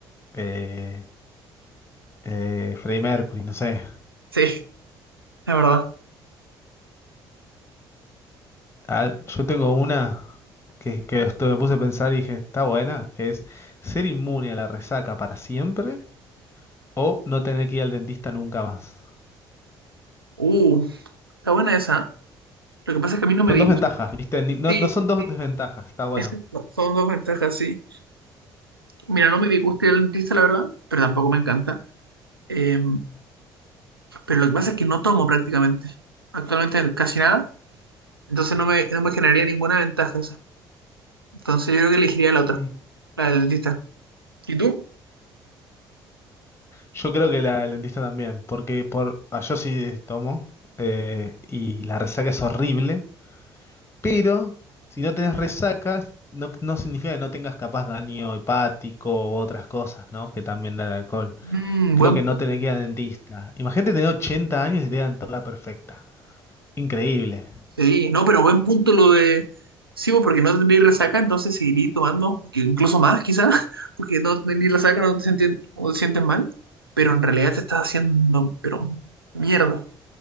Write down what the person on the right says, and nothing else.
Sí, la verdad.
Uh, está buena esa. Lo que pasa es que a mí no me
disgusta.
Sí,
sí.
es- son dos ventajas, sí. Mira, no me disgusta el dentista, la verdad, pero tampoco me encanta. Eh, pero lo que pasa es que no tomo prácticamente, actualmente casi nada, entonces no me, no me generaría ninguna ventaja esa. Entonces yo creo que elegiría la otra,
la del dentista. ¿Y tú?
Mm,
buen,
sí, no, pero buen punto lo de... Sí, pues, porque no tendría resaca, entonces seguiría tomando, que incluso más quizás, <laughs> porque no tendría resaca, no te sientes, no te sientes mal, pero en realidad te estás haciendo, pero mierda,